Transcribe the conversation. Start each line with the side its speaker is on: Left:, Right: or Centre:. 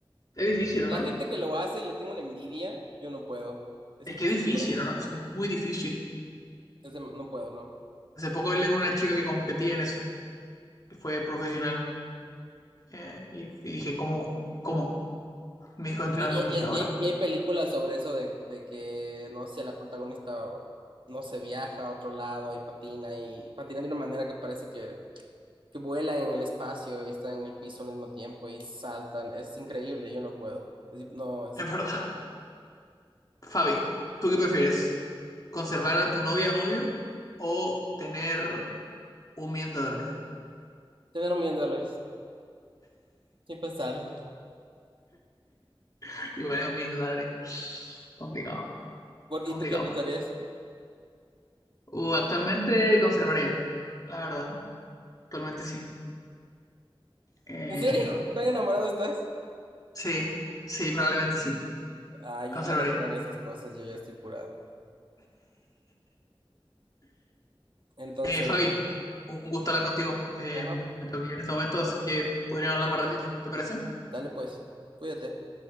Left: Es difícil,
Right: La
Left: ¿o ¿no?
Right: gente que lo hace le tengo una envidia, yo no puedo. Es
Left: Es
Right: imposible
Left: que es difícil,
Right: para mí.
Left: ¿o ¿no? Es muy difícil.
Right: Es dem- no puedo, no.
Left: Hace poco hablé con una chica que competía en eso, que fue profesional, eh, y, y dije, ¿cómo? ¿Cómo? Me dijo entrenando
Right: Y, y-
Left: muchas
Right: y
Left: horas.
Right: hay,
Left: <laughs>
Right: y hay películas sobre eso de, de que, no sé, la protagonista, no sé, viaja a otro lado y patina y patina de una manera que parece que, que vuela en el espacio y está en el piso al mismo tiempo y saltan. Es increíble, yo no puedo. Es decir, no, es
Left: Es verdad. Fabi, ¿tú qué prefieres? ¿Conservar a tu novia o novio o tener un millón de dólares?
Right: tener un millón de dólares, sin pensarlo.
Left: <laughs> Y vale un millón de dólares. Complicado,
Right: ¿Por,
Left: complicado.
Right: ¿y tú qué pensarías?
Left: Uh, actualmente conservaría, la verdad. Actualmente sí. Eh,
Right: ¿En serio? ¿Tan enamorado estás?
Left: sí, sí, probablemente sí.
Right: Ah, yo
Left: Conservaría.
Right: ya no creo en esas cosas, yo ya estoy curado. Entonces,
Left: Eh, Fabi, un gusto hablar contigo. Eh,
Right: ajá,
Left: me tengo que ir en este momento, así que podríamos hablar más ratito. ¿Te parece?
Right: dale pues, cuídate.